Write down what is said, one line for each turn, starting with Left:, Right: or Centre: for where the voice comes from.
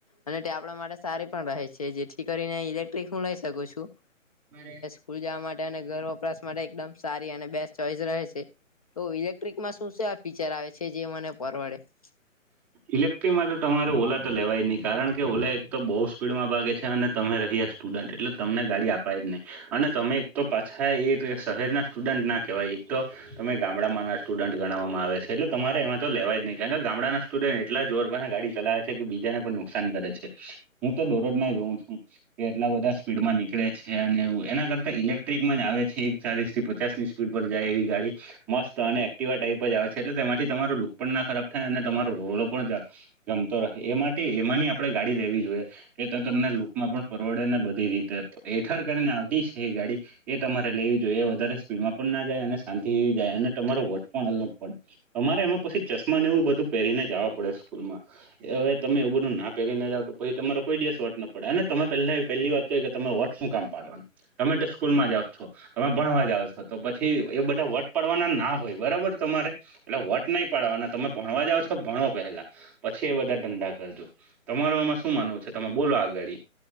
Left: અને તે આપણા માટે સારી પણ રહે છે જેથી કરીને ઇલેક્ટ્રિક હું લઈ શકું છું
Centre: મારે
Left: સ્કૂલ જવા માટે અને ઘર વપરાશ માટે એકદમ સારી અને બેસ્ટ ચોઈસ રહે છે તો ઇલેક્ટ્રિકમાં શું છેવા ફીચર આવે છે જે મને પરવડે <inaudible>
Centre: ઇલેક્ટિક માટે તો તમારે ઓલા તો લેવાય નહીિ કારણ કે ઓલા એક તો બહુ સ્પીડમાં ભાગે છે અને તમે રહી સ્ટુડન્ટ એટલે તમને ગાડી અપાય જ નહી અને તમે એક તો પાછા એ શહેરના સ્ટુડન્ટ ના કહેવાય એક તો તમે ગામડામાં ના સ્ટુડન્ટ ગણવામાં આવે છે એલે તમારે એમાં તો લેવા જ નહીિ કારણ કે ગામડાના સ્ટુડ એટલા જોર ગાડી ચલાવે છે કે બીજાને પણ નુકસાન કરે છે હું તો દોરોજ ના જોઉં છું કે એટલા બધા સ્પીડમાં નીકળે છે અને એ એના કરતા ઇલેક્ટ્રિકમાં જ આવે છે ચાલીસ થી પચાસ ની સ્પીડ પર જાય એવી ગાડી મસ્ત અને એક્ટિવા ટાઈપ જ આવે છે એટલે તેમાંથી તમારો લુક પણ ના ખરાબ થાય અને તમારો રોલો પણ ગમતો રાખે એ માટે એમાંની આપડે ગાડી લેવી જોઈએ કે તો તમને લૂકમાં પણ પરવડે ને બધી રીતે હેઠર કરીને આવતી છે એ ગાડી એ તમારે લેવી જોઈએ એ વધારે સ્પીડમાં પણ ના જાય અને શાંતિ જાય અને તમારો વોટ પણ અલગ પડે અરે એમાં પછી ચશ્માનેવું બધું પહેરીને જવા પડે સુુરમાં એ હવે તમે એ બધું ના પહેરીને જાવ તો પછી તમારો કોઈ દિવસ વોટ ન પડે અનેને તમે પહેલા પહેલી વાત તમે વટ શું કામ પાડવાનું તમે તો સ્કૂલ માં જાવ છો તમે ભણવા જાાવ છો તો પછી એ બધા વટ પડવાના ના હોય બરાબર તમારે એટલે વોટ નહી પાડવાના તમે ભણવા જાાવ છો ભણો પેલા પછી એ બધા ધંધા કરજો તમાર આમાં શું માનવું છે તમે બોલો આ ગાડી